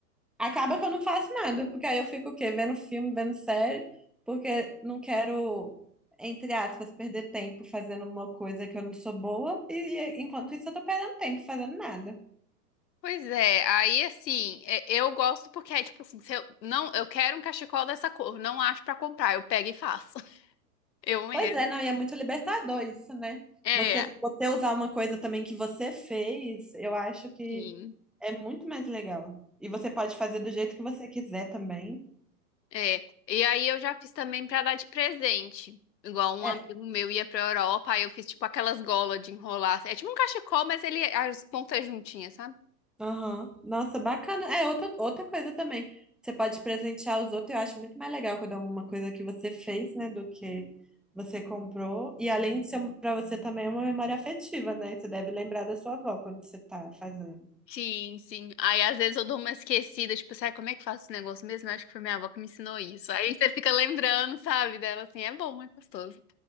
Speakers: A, in the centre; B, on the left.
A: Acaba que eu não faço nada, porque aí eu fico o quê? Vendo filme, vendo série, porque não quero, entre aspas, perder tempo fazendo uma coisa que eu não sou boa, e e enquanto isso eu tô perdendo tempo fazendo nada.
B: Pois é, aí assim, é- eu gosto porque é tipo assim, se eu não, eu quero um cachecol dessa cor, não acho pra comprar, eu pego e faço. <laughs> Eu mesmo.
A: Pois é, não, e é muito libertador isso, né?
B: É,
A: Você, você usar uma coisa também que você fez, eu acho que
B: sim.
A: é muito mais legal. E você pode fazer do jeito que você quiser também.
B: É, e aí eu já fiz também pra dar de presente. Igual um
A: É,
B: amigo meu ia pra Europa, aí eu fiz tipo aquelas golas de enrolar. assim, É tipo um cachecol, mas ele as pontas juntinhas, sabe?
A: Aham. Nossa, bacana. É, outra, outra coisa também. Você pode presentear os outros. Eu acho muito mais legal quando é uma coisa que você fez, né, do que você comprou. E além de ser para você também é uma memória afetiva, né? Você deve lembrar da sua avó quando você tá fazendo.
B: Sim, sim. Aí às vezes eu dou uma esquecida, tipo, sabe como é que faço esse negócio mesmo? Eu acho que foi minha avó que me ensinou isso. Aí você fica lembrando, sabe, dela assim, é bom, é gostoso.